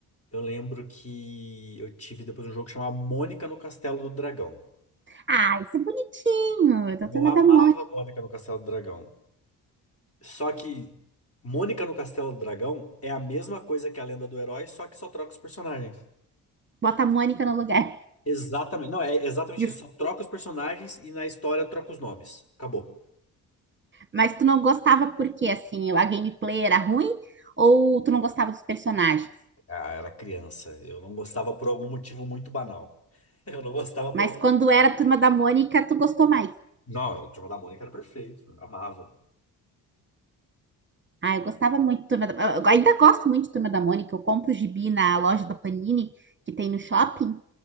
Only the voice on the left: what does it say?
eu lembro que eu tive depois um jogo que chamava Mônica no Castelo do Dragão.
Eu
amava
Mônica no Castelo do Dragão. Só que Mônica no Castelo do Dragão é a mesma coisa que a Lenda do Herói, só que só troca os personagens.
Exatamente. Não, é exatamente
isso. Só troca os personagens e na história troca os nomes. Acabou.
Ah, era criança. Eu não gostava por algum motivo muito banal. <laughs> Eu não gostava por
algum.
Não, o Turma da Mônica era perfeito. Eu amava.